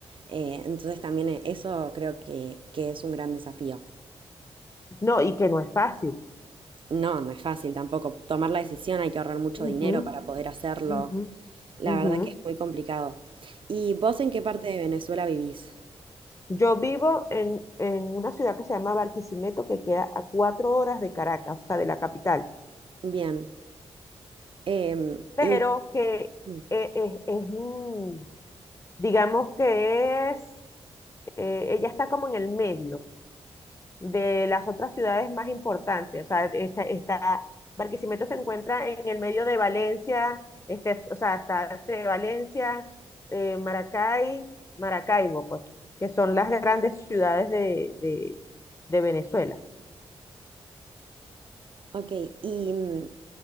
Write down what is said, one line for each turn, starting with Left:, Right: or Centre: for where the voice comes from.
Right: Eh, entonces también eh, eso creo que, que es un gran desafío.
Left: No, y que no es fácil.
Right: No, no es fácil tampoco. Tomar la decisión hay que ahorrar mucho
Left: Ujú,
Right: dinero para poder hacerlo.
Left: ujú,
Right: La
Left: ujú.
Right: verdad que es muy complicado. ¿Y vos en qué parte de Venezuela vivís?
Left: Yo vivo en, en una ciudad que se llama Barquisimeto, que queda a cuatro horas de Caracas, o sea, de la capital,
Right: Bien. Em,
Left: pero
Right: ¿y
Left: que
Right: mm,
Left: eh, es, es, mm, digamos que es, eh, ella está como en el medio, de las otras ciudades más importantes. O sea, está, está- Barquisimeto se encuentra en el medio de Valencia, este, o sea, está entre Valencia, eh, Maracay, Maracaibo, pues, que son las grandes ciudades de, de, de Venezuela.
Right: Ok, y mm,